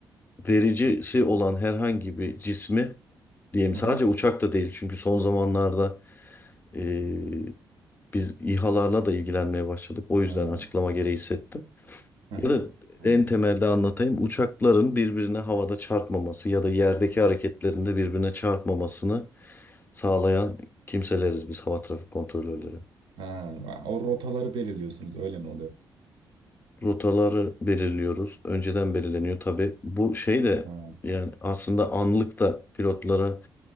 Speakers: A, on the left; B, on the right.
A: vericisi olan herhangi bir cismi diyeyim sadece
B: Hı hı.
A: uçak da değil çünkü son zamanlarda e, biz İHA'larla da ilgilenmeye başladık. O yüzden
B: Ha,
A: açıklama gereği hissettim.
B: hı hı.
A: Ya da
B: Anladım.
A: en temelde anlatayım. Uçakların birbirine havada çarpmaması ya da yerdeki hareketlerinde birbirine çarpmamasını sağlayan kimseleriz biz hava trafik kontrolörleri.
B: Ha, o rotaları belirliyorsunuz öyle mi oluyor?
A: Rotaları belirliyoruz. Önceden belirleniyor tabii. Bu şey de
B: Ha.
A: yani aslında anlık da pilotlara